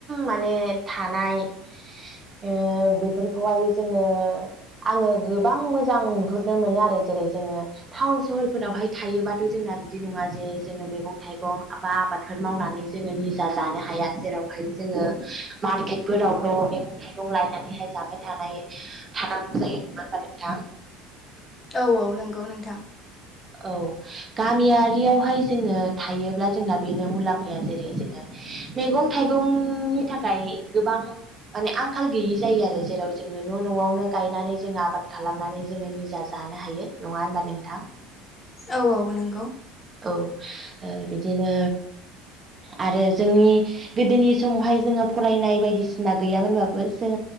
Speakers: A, on the right; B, on the left.
A: माने थानाय ओ बेफोरखौहाय जोङो आङो गोबां मोजां नुहुरनो मोनो आरो जेरै जोङो टाउन सहरफोरावहाय थायोबाथ' जों जोंना बिदि नङा जे जोङो मैगं थाइगं बा आबादफोर मावनानै जोङो निजा जानो हाया जेरावहाय जोङो मारकेटफोरावल'मैगं थाइगं लायनानैहाय जाबाय थानाय थानांगौ जायो नङा होनबा नोंथां?
B: औ औ नंगौ नोंथां।
A: औ गामियारियावहाय जोङो थायोब्ला जोंना बेनो मुलाम्फाया जेरै जोङो मैगं थाइगंनि थाखाय गोबां माने आंखाल गैयि जायो आरो जेराव जोङो न' न'आवनो गायनानै जोङो आबाद खालामनानै जोङो निजा जा लानो हायो नङा होनबा नोंथां?
B: औ औ नंगौ।
A: औ ओ बिदिनो आरो जोंनि गोदोनि समावहाय जोङो फरायनाय बायदिसिना गैयामोनबाबो जों